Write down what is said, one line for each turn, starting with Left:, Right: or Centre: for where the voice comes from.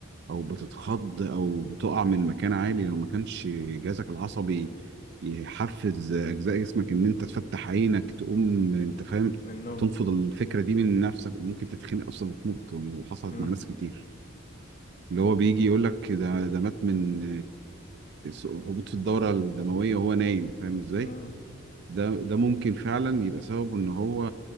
Right: او بتتخض او بتقع من مكان عالي لو ما كانش جهازك العصبي يحفز اجزاء جسمك ان انت تفتح عينك تقوم انت فاهم
Left: من النوم
Right: تنفض الفكره دي من نفسك ممكن تتخنق اصلا وتموت وحصلت
Left: امم
Right: مع ناس كتير اللي هو بيجي يقول لك ده ده مات من آه، هبوط في الدورة الدموية وهو نايم فاهم ازاي؟
Left: امم
Right: ده ده ممكن فعلا يبقى سببه ان هو